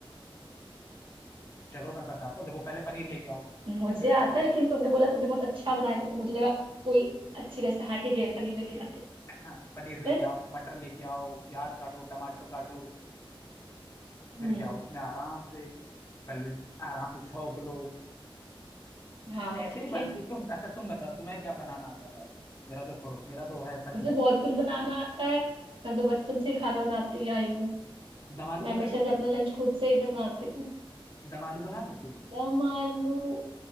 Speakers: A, on the left; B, on the right.
A: चलो मैं बताता हूँ देखो पहले पनीर लेके आओ
B: मुझे
A: उसे काटो
B: आता है लेकिन तुमने बोला तुमने बहुत अच्छा बनाया था तो मुझे लगा कोई अच्छी रेसिपी हाँ ठीक है पनीर लेके आते
A: हाँ पनीर लेके
B: फिर
A: आओ मटर लेके आओ प्याज काटो टमाटर काटो फिर
B: हम्म
A: क्या उसमें आराम से पहले आराम से छौंक लो
B: हाँ
A: ऐसे
B: ठीक
A: ही बनती
B: है
A: तुम अच्छा तुम बताओ तुम्हें क्या बनाना आता है पहले मेरा तो छोड़ो मेरा तो है फनी
B: मुझे
A: वाला
B: बहुत कुछ बनाना आता है मैं तो बचपन से ही खाना बनाती ही आई हूँ
A: दम आलू
B: मैं हमेशा
A: बना लेते
B: से अपना
A: हो
B: लंच खुद से ही बनाती हूँ
A: दम आलू बना लेते हो
B: दम आलू